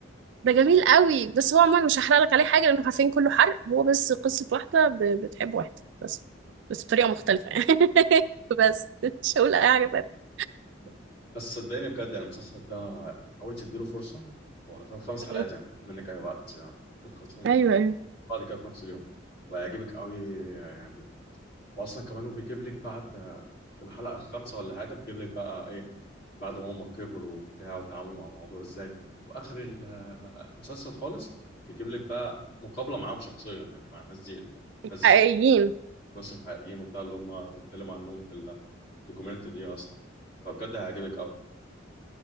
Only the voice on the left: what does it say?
ب- بس صدقني بجد يعني المسلسل ده حاولت تديله فرصة هو حرفيا خمس حلقات
يعني بياخد منك أي وقت يعني ممكن تخلصيهم
بعد كده في نفس اليوم وهيعجبك قوي يعني واصلا كمان وبيجيب لك بعد في الحلقه الخامسه ولا حاجه بيجيب لك بقى ايه بعد ما هم كبروا وبتاع وتعاملوا مع الموضوع ازاي وفي اخر ال- المسلسل خالص بيجيب لك بقى مقابله معاهم شخصيا يعني مع الناس دي الناس
دي الناس الحقيقيين وبتاع اللي هم بيتكلموا عنهم في الدوكيومنت دي اصلا فبجد هيعجبك قوي